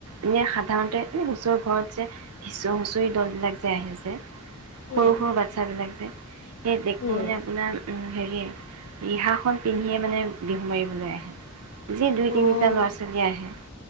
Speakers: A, on the right (about 80°); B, on the left (about 40°).
A: এনেই সাধাৰণতে এ ওচৰৰ ঘৰত যে হিঁচু হুঁচৰি দলবিলাক যে আহিছে সৰু
B: উম,
A: সৰু বাচ্ছ বিলাক যে সেই দেখো
B: উম।
A: মানে আপোনাৰ উম হেৰি দিয়ে ৰিহা খন পিন্ধিয়ে মানে বিহু মাৰিবলৈ আহে যি দুই তিনিটা
B: অঁ
A: ল'ৰা ছোৱালী আহে